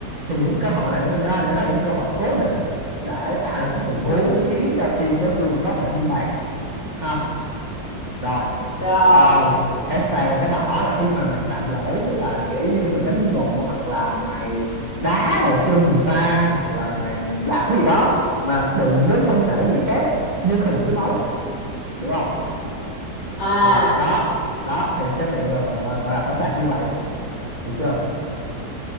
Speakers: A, on the right; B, on the left.
A: thì những cơ hội này nó nó nó là những cơ hội cố định để tạo ra một cái tình huống
B: ừ
A: khiến cho team đối phương có thể ghi bàn ha rồi
B: rồi
A: còn thẻ vàng và thẻ đỏ là khi mà mày phạm lỗi tức là kiểu như mày đánh ngộ hoặc là mày đá vào chân người ta hoặc là mày làm cái gì đó mà đụng đến thân thể người khác nhưng không đụng tới bóng được không
B: à
A: à, đó đó thì sẽ bị gọi, gọi, gọi là thẻ phạt như vậy được chưa